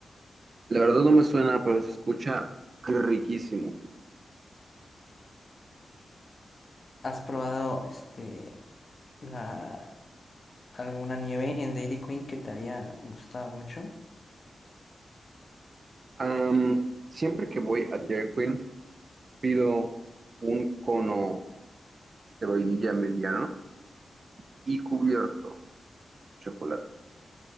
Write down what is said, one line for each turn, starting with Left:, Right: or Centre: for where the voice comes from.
Right: La verdad no me suena, pero se escucha riquísimo.
Left: ¿Has probado este la alguna nieve en Dairy Queen que te haya gustado mucho?
Right: Am, siempre que voy a Dairy Queen, pido un cono de vainilla mediano y cubierto de chocolate.